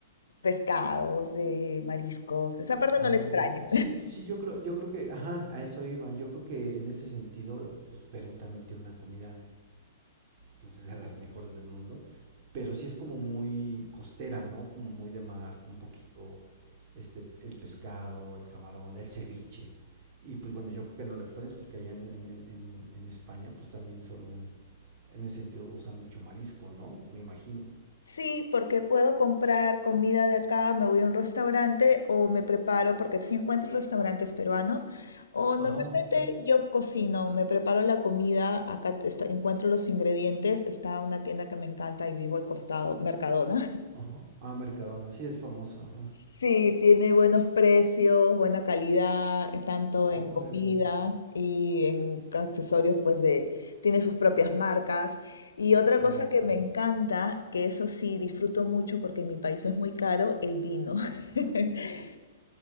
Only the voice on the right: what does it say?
Ah,
ok. Sí, sí, yo creo, yo creo que, ajá, a eso iba. Yo creo que en ese sentido, pues Perú también tiene una comida pues, de las mejores del mundo, pero sí es como muy costera, ¿no? Como muy de mar, un poquito este el pescado, el camarón, el ceviche. Y pues bueno, yo creo que no lo extrañas porque allá en, en, en, en España pues también son muy, en ese sentido usan mucho marisco, ¿no? Me imagino.
Ah,
ok.
Ajá. Ah, Mercadona, sí es famosa, ajá.
Órale.
Ah,
ok.
Ok.